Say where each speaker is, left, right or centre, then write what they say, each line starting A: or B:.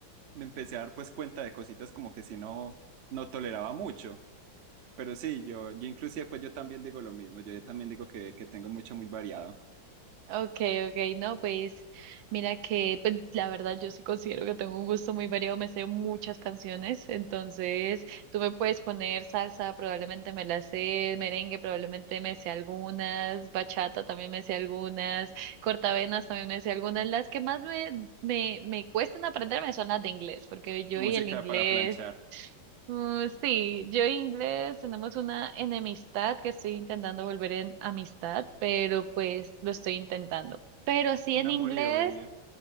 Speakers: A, on the right; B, on the right.
A: me empecé a dar pues cuenta de cositas como que si no, no toleraba mucho, pero sí, yo, yo inclusive pues yo también digo lo mismo, yo también digo que, que tengo mucho muy variado.
B: Okay, okay, no, pues mira que pues, la verdad yo sí considero que tengo un gusto muy variado, me sé muchas canciones, entonces tú me puedes poner salsa, probablemente me la sé, merengue probablemente me sé algunas, bachata también me sé algunas, cortavenas también me sé algunas, las que más me, me, me cuestan aprenderme son las de inglés, porque yo
A: Música
B: y el inglés
A: para planchar,
B: Uh, sí, yo e inglés tenemos una enemistad que estoy intentando volver en amistad, pero pues lo estoy intentando. Pero sí
A: un
B: en
A: amor
B: inglés,
A: y odio,